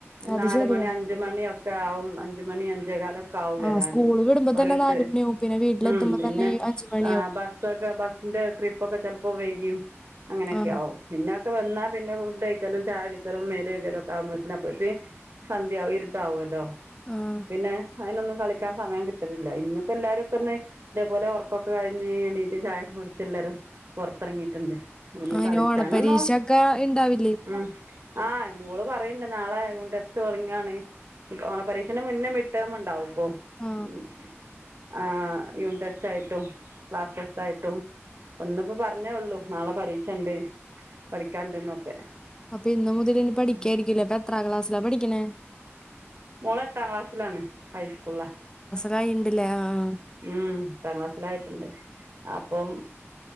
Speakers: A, on the left; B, on the right.
A: അത്
B: നാലുമണി
A: ശരിയാ
B: അ അഞ്ച് മണിയയൊക്കാവും അഞ്ച് മണി അഞ്ചേ കാല ക്കാവും
A: ആ
B: വരാന്
A: സ്കൂള് വിടുമ്പോ
B: ഓരോരുത്തര്
A: തന്നെ നാല് മണിയാവും പിന്നെ വീട്ടിലെത്തുമ്പോ
B: ഉം പിന്നെ
A: തന്നെ അഞ്ച് മണിയാവും
B: ആഹ് ബ പ്പതാ ബസ്സിന്റെ ട്രിപ്പൊക്കെ ചെലപ്പോ വൈകിയും അങ്ങനെയൊക്കെയാവും
A: ആ
B: പിന്നോക്ക വന്നാ പിന്ന ഫുഡ്‌ കഴിക്കലും ചായകുടിക്കലും മേല് കഴുകലും ഒക്ക ആവുമ്പോഴ്‌ത്തന് അപ്പോഴ്‌ത്തെ സന്ധ്യയാവും ഇരുട്ടാവുവല്ലോ
A: ആഹ്
B: പിന്നെ അതിനൊന്നും കളിക്കാൻ സമയം കിട്ടുന്നില്ല ഇന്നിപ്പ എല്ലാരുക്കെന്ന് ഇതേപോലെ ഒറക്കോക്ക കഴിഞ്ഞ് എണീട്ട് ചായേക്ക കുടിച്ച് എല്ലാരും പൊറത്തെറങ്ങീട്ടുണ്ട് ഒന്ന്
A: അതിന്
B: കളിക്കാനൊന്നും
A: ഓണപ്പരീക്ഷ ഒക്കെ ഇണ്ടാവില്ലേ
B: ഉം ആഹ് മോള് പറയണ്ട് നാളെ യൂണിറ്റ് ടെസ്റ്റ് തൊടങ്ങിയാണ് ഓണപരീക്ഷേന്റെ മുന്നേ മിഡ്ടേം ഉണ്ടാവും പ്പോ
A: ആ
B: മ്മ് ആഹ് യൂണിറ്റ് ടെസ്റ്റായിട്ടും ക്ലാസ് ടെസ്റ്റായിട്ടും ഒന്ന്പ്പോ പറഞ്ഞേ ഉള്ളൂ നാള പരീക്ഷണ്ട് പഠിക്കാണ്ട്ന്നൊക്കെ
A: അപ്പൊ ഇന്ന് മുതലിനി പഠിക്കായിരിക്കില്ലേ അപ്പൊ എത്രാം ക്ലാസിലാ പഠിക്കണേ
B: മോളെട്ടാം ക്ലാസ്സിലാണ് ഹൈസ്കൂള്ലാ
A: ലായിണ്ടല്ലെ ആഹ് ആഹ്
B: മ്മ് എട്ടാം ക്ലാസ്സിലായിട്ടുണ്ട് അപ്പം